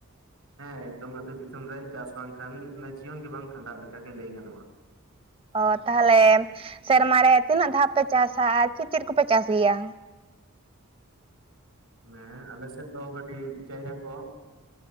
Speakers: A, on the right (about 65°); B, on the right (about 25°).
A: ᱦᱮᱸ ᱮᱠᱫᱚᱢ ᱟᱛᱳ ᱫᱤᱥᱚᱢ ᱨᱮ ᱪᱟᱥ ᱵᱟᱝ ᱠᱷᱟᱱ ᱡᱤᱭᱚᱱ ᱜᱮ ᱵᱟᱝ ᱠᱷᱟᱸᱰᱟᱜ ᱞᱮᱠᱟ ᱜᱮ ᱞᱟᱹᱭ ᱜᱟᱱᱚᱜᱼᱟ᱾
B: ᱚ ᱛᱟᱦᱚᱞᱮ ᱥᱮᱨᱢᱟ ᱨᱮ ᱛᱤᱱᱟᱹᱜ ᱫᱷᱟᱣ ᱯᱮ ᱪᱟᱥᱟ ᱟᱨ ᱪᱮᱫ ᱪᱮᱫ ᱠᱚᱯᱮ ᱪᱟᱥ ᱜᱮᱭᱟ?
A: ᱦᱮᱸ ᱟᱞᱮ ᱥᱮᱫ ᱫᱚ ᱠᱟᱹᱴᱤᱡ ᱡᱟᱭᱜᱟ ᱠᱚ